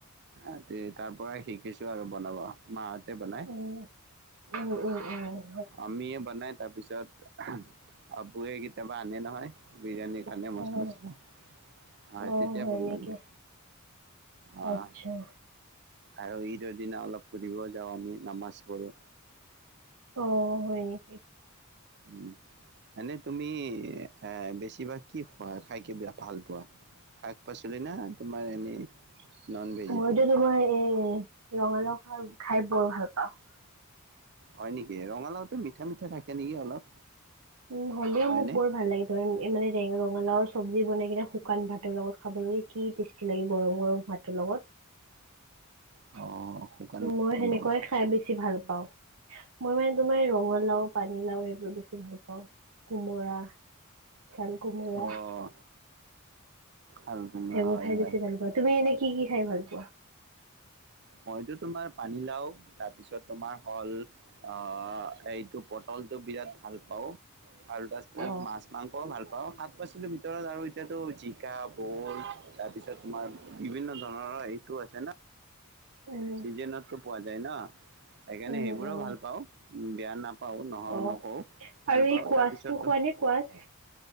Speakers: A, on the right; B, on the right.
A: আ ই তাৰ পৰাই শিকিছো আৰু বনাব মাহঁতে বনাই
B: ওঁ, ওঁ ওঁ ওঁ।
A: অম্মিয়ে বনাই তাৰপিছত আবুৱে কেতিয়াবা আনে নহয়। বিৰানি ৰান্ধে মচ
B: অ',
A: মচকে আ-
B: অ',
A: তেতিয়া
B: হয়
A: বনোৱা
B: নেকি?
A: যায়। আহ
B: আচ্ছা
A: আৰু ঈদৰ দিনা অলপ ফুৰিব যাওঁ। আমি নামাজ পঢ়োঁ
B: অঁ -হয় নেকি?
A: উম, এনে তুমি এ বেছিভাগ কি খোৱা? খাই কি বে ভাল পোৱা? শাক- পাচলি না? তোমাৰ এনেই নন ভেজিটেবল
B: মইতো তোমাৰ এই ৰঙালাও শাক খাই বৰ ভাল পাওঁ।
A: হয় নেকি? ৰঙালাওটো মিঠা মিঠা থাকে নেকি অলপ?
B: উম, হ'লেও
A: হয়নে
B: মোক বৰ ভাল লাগে তোমাৰ এ মানে ৰে ৰঙালাওৰ চব্বজী বনাই কিনে শুকান ভাতৰ লগত খাবলে কি টেষ্ট লাগে গৰম গৰম ভাতৰ লগত।
A: অঁ শুকান ভাতৰ
B: মই সেনেকুৱাই
A: লগত
B: খাই বেছি ভাল পাওঁ। মই মানে তোমাৰ ৰঙালাও, পানীলাও এইবোৰ বেছি ভাল পাওঁ। কোমোৰা, চালকোমোৰা।
A: অঁ আৰু কোমোৰা
B: সেইবোৰ
A: হয়
B: খাই
A: হয়
B: বেছি ভাল পাওঁ। তুমি এনে কি কি খাই ভাল পোৱা?
A: মইতো তোমাৰ পানীলাও তাৰপিছত তোমাৰ হ'ল আ এইটো পটলটো বিৰাট ভাল পাওঁ। আৰু তাৰপিছতে
B: অ
A: মাছ -মাংসও ভাল পাওঁ। শাক - পাচ লিৰ ভিতৰত আৰু এতিয়াতো জিকা, ভুল তাৰপিছত তোমাৰ বিভিন্ন ধৰণৰ এইটো আছে না -
B: উম
A: চিজেনটো পোৱা যায় ন'? সেইকাৰণে
B: উম
A: সেইবোৰো
B: উম
A: ভাল পাওঁ। বেয়া নাপাওঁ নহওঁ
B: অ
A: নকও।
B: আৰু
A: ভাল
B: এই
A: পাওঁ
B: কোৱাচটো
A: তাৰপিছতো
B: খোৱা নে কোৱাচ